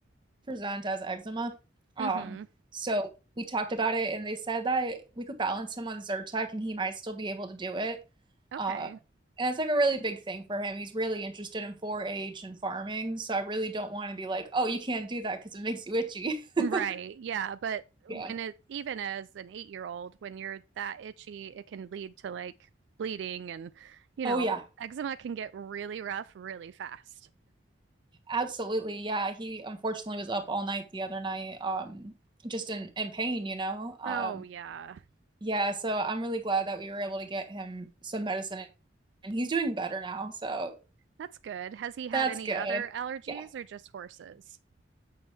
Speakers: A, on the right; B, on the right.
A: present as eczema. Um,
B: Mm-hmm.
A: so we talked about it and they said that we could balance him on Zyrtec and he might still be able to do it.
B: Okay.
A: Uh, and that's like a really big thing for him. He's really interested in 4-H and farming, so I really don't want to be like, "Oh, you can't do that because it makes you itchy." <laughs>
B: Right. Yeah. But
A: Yeah.
B: when it, even as an eight year old, when you're that itchy, it can lead to like bleeding and, you
A: Oh
B: know,
A: yeah,
B: eczema can get really rough really fast.
A: absolutely. Yeah, he unfortunately was up all night the other night, um, just in in pain, you know. Um,
B: Oh, yeah.
A: Yeah, so I'm really glad that we were able to get him some medicine and he's doing better now. So
B: That's good. Has he had
A: that's
B: any
A: good.
B: other allergies
A: Yeah.
B: or just horses?